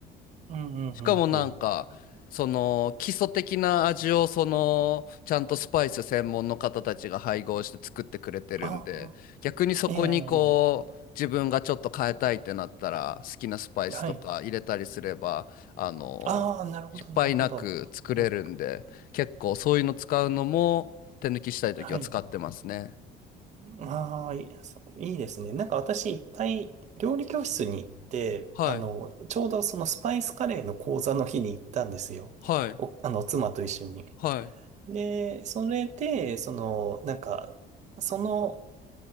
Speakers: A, on the right; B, on the left.
A: うん、うん、
B: しかもなんか、
A: うん、うん。
B: その基礎的な味をそのちゃんとスパイス専門の方たちが配合して作ってくれてるんで、
A: ああ、
B: 逆にそこにこう自分がちょっと変えたいってなったら好きなスパイスとか入れたりすれば、
A: ええ、ええはい。
B: あの、
A: ああ、なるほど、
B: 失敗なく作れるんで、
A: なるほど。うん
B: 結構そういうの使うのも手抜きしたい時は使ってますね。
A: はい。ああ、いい、そういいですね。なんか私、一回、料理教室に行って、
B: はい。
A: あの、ちょうどそのスパイスカレーの講座の日に行ったんですよ。
B: はい。
A: お、あの、妻と一緒に。
B: はい。
A: で、それで、その、なんか、その